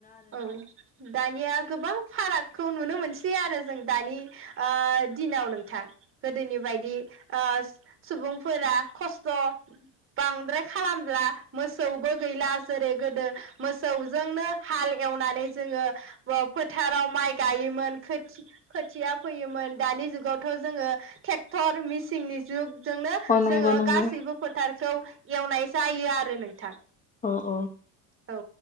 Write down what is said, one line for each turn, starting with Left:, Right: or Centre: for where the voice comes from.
Right: औ दानिया गोबां फारागखौ नुनो मोनसै। सै आरो जों दानि ओ दिनाव नोंथां गोदोनि बायदि ओ सुबुंफोरा खस्थ' बांद्राय खालामला मोसौबो गैला जेरै गोदो मोसौजोंनो हाल एवनानै जोङो फोथाराव माइ गायोमोन खोथि-खोथिया फैयोमोन दानि जुगावथ' जोङो टेक्टर मेसिंनि जुग जोंनो
Left: अ नंगौ
Right: जोङो
Left: नंगौ
Right: गासैबो फोथारखौ एवनाय जायो आरो नोंथां।
Left: अ अ
Right: औ।